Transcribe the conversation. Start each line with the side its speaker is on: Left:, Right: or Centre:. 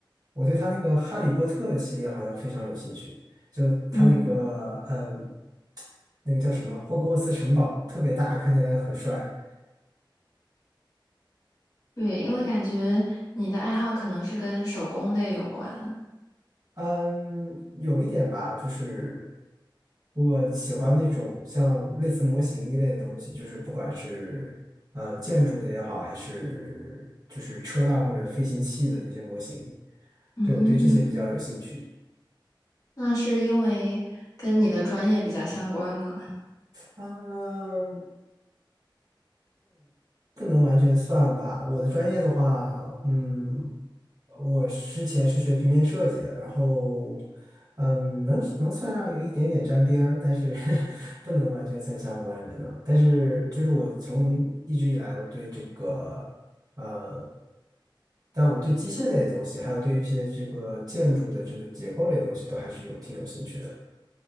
Right: 我对他那个哈利波特的系列好像非常有兴趣，就他那个嗯，
Left: 嗯。
Right: 那个叫什么霍格沃茨城堡特别大，看起来很帅。
Left: 对，因为感觉你的爱好可能是跟手工类有关。
Right: 嗯，有一点吧，就是我喜欢那种像类似模型一类的东西，就是不管是呃建筑的也好，还是就是车辆或者飞行器的那些模型，
Left: 嗯，
Right: 对我对这些比较有兴趣。
Left: 那是因为跟你的专业比较相关吗？
Right: 嗯，不能完全算吧。我的专业的话，嗯，我之前是学平面设计的，然后，嗯，能能算上有一点点沾边儿，但是 <laughs> 不能完全算相关，可能。但是就是我从一直以来，我对这个，呃，但我对机械类的东西，还有对于一些这个建筑的这个结构类的东西，都还是有挺有兴趣的。